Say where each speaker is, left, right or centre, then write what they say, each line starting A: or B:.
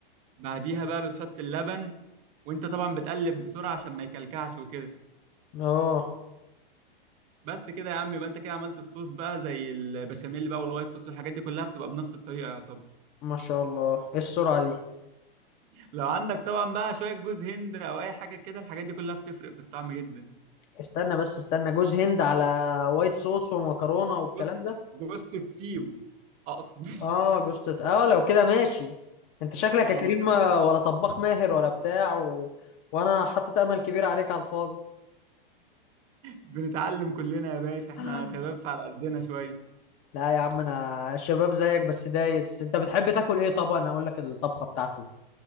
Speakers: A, on the right; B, on the left.
A: بعديها بقى بتحط اللبن وانت طبعا بتقلب بسرعه عشان ما يكلكعش وكده
B: اه
A: بس كده يا عم يبقى انت كده عملت الصوص بقى زي البشاميل بقى والوايت صوص والحاجات دي كلها بتبقى بنفس الطريقه يا طب
B: ما شاء الله ايه السرعة دي
A: لو عندك طبعا بقى شويه جوز هند او اي حاجه كده الحاجات دي كلها بتفرق في الطعم جدا
B: استنى بس استنى جوز هند على وايت صوص ومكرونة والكلام
A: جوز
B: ده
A: جوز الطيب آه، اقصد
B: اه جوز تت... اه لو كده ماشي انت شكلك
A: <laughs> اه
B: يا كريم
A: تمام
B: ما- ولا طباخ ماهر ولا بتاع و... وانا حاطط امل كبير عليك على الفاضي
A: بنتعلم كلنا يا باشا احنا
B: <sighs>
A: شباب فعلى قدنا شويه
B: <laughs> لا يا عم انا شباب زيك بس دايس انت بتحب تاكل ايه طبعا انا اقول لك الطبخة بتاعته